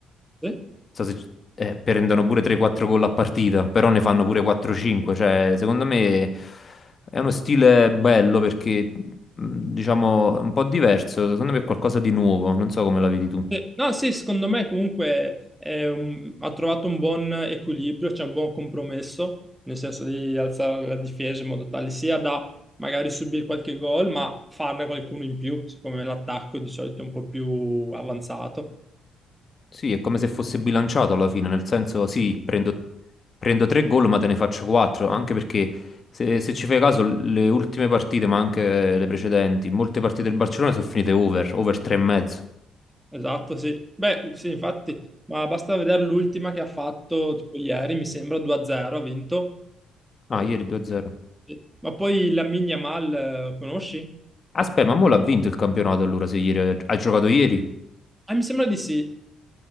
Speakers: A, in the centre; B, on the left (about 40°).
A: Sì?
B: so se, eh, prendono pure 3-4 gol a partita, però ne fanno pure 4-5, cioè, secondo me è uno stile bello perché, mh, diciamo, è un po' diverso, secondo me è qualcosa di nuovo, non so come la vedi tu.
A: Sì. No, sì, secondo me comunque è un- ha trovato un buon equilibrio, c'è un buon compromesso, nel senso di alzare la difesa in modo tale sia da magari subire qualche gol, ma farne qualcuno in più, siccome l'attacco di solito è un po' più avanzato.
B: Sì, è come se fosse bilanciato alla fine, nel senso, sì, prendo, prendo tre gol, ma te ne faccio quattro, anche perché se, se ci fai caso, le ultime partite, ma anche le precedenti, molte partite del Barcellona sono finite over, over tre e mezzo.
A: Esatto, sì. Beh, sì, infatti, ma basta vedere l'ultima che ha fatto, tipo ieri, mi sembra 2-0, ha vinto. Eh,
B: Ah, ieri 2-0.
A: sì. Ma poi Lamine Yamal, eh, conosci?
B: Aspetta, ma mo l'ha vinto il campionato allora, se ieri ha ha giocato ieri?
A: Ah, mi sembra di sì.